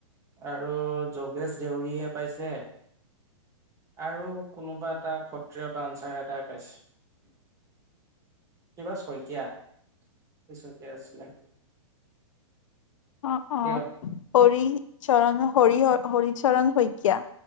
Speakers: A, on the right (about 20°); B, on the left (about 70°).
A: আৰু যোগেশ দেউৰীয়ে পাইছে আৰু কোনোবা এটা সত্ৰীয় ডানচাৰ এটাই পাইছে। কিবা চইকীয়া কি চইকীয়া আছিলে।
B: অ অ
A: কিয়
B: কৰি। চৰণ হৰি হৰি। চৰণ শইকীয়া